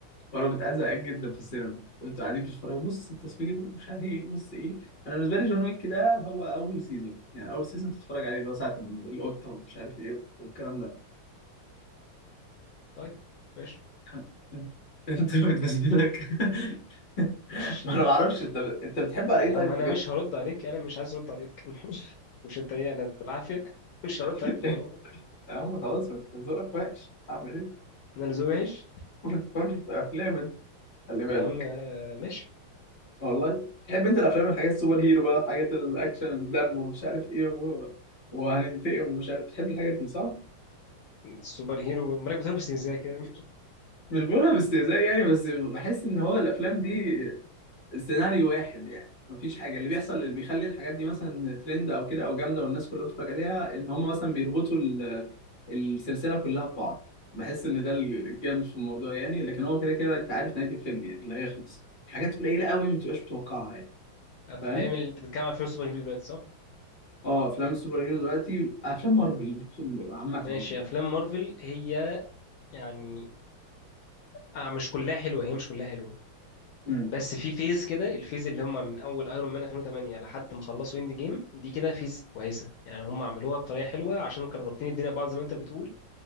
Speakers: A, on the left; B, on the left.
A: وانا كنت قاعد زهقان جدا في السينما وانتوا قاعدين بتتفرجوا بص التصوير مش عارف ايه بص ايه انا بالنسبه لي جون ويك ده هو اول سيزون يعني اول سيزون تتفرج عليه اللي هو ساعه ما القطه ومش عارف ايه والكلام ده
B: طيب ماشي
A: <laughs> انت بالنسبه لك <laughs>
B: مش
A: ما انا ما اعرفش انت انت بتحب على
B: يا
A: ايه
B: عم
A: طيب
B: انا
A: بجد
B: مش هرد عليك انا مش عايز ارد عليك انا حر <laughs> مش انت ايه انا بالعافيه <laughs> مش هرد
A: <laughs>
B: عليك في الموضوع ده
A: يا عم خلاص ما انت ذوقك وحش هعمل ايه
B: انا اللي ذوقي وحش
A: <laughs> ما تفهمش في افلام انت خلي بالك
B: يا عم آه، ماشي
A: والله تحب انت الافلام الحاجات السوبر هيرو بقى حاجات الاكشن الدم ومش عارف ايه و... وهننتقم ومش عارف تحب الحاجات دي صح
B: السوبر هيرو مالك بتقول بس ازاي كده <laughs>
A: مش بقولها باستهزاء يعني بس بحس ان هو الافلام دي سيناريو واحد يعني مفيش حاجه اللي بيحصل اللي بيخلي الحاجات دي مثلا ترند او كده او جامده والناس كلها بتتفرج عليها ان هم مثلا بيربطوا ال- السلسله كلها ببعض بحس ان ده الجامد في الموضوع يعني لكن هو كده كده انت عارف نهايه الفيلم يعني اللي هيخلص حاجات قليله قوي ما بتبقاش متوقعها يعني
B: افلام
A: فاهم
B: ال... انت بتتكلم عن فيلم السوبر هيرو دلوقتي صح
A: اه افلام السوبر هيرو دلوقتي افلام مارفل عامه
B: ماشي
A: يعني
B: افلام مارفل هي يعني آه مش كلها حلوه هي مش كلها حلوه
A: امم
B: بس في فيز كده الفيز اللي هم من اول ايرون مان 2008 لحد ما خلصوا اند جيم دي كده فيز كويسه يعني هم عملوها بطريقه حلوه عشان كانوا رابطين الدنيا ببعض زي ما انت بتقول